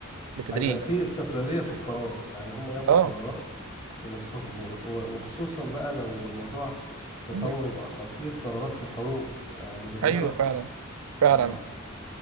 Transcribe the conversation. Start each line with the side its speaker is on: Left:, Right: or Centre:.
Right: بالتدريج
Left: هيبقى فيه استقلالية في القرار يعني هم ياخدوا
Right: اه
Left: قرارات بنفسهم وغ- و- وخصوصا بقى لو الموضوع تطور
Right: مم.
Left: وبقى خطير قرارات في الحروب تبقى مدمرة
Right: ايوه فعلا فعلا
Left: اه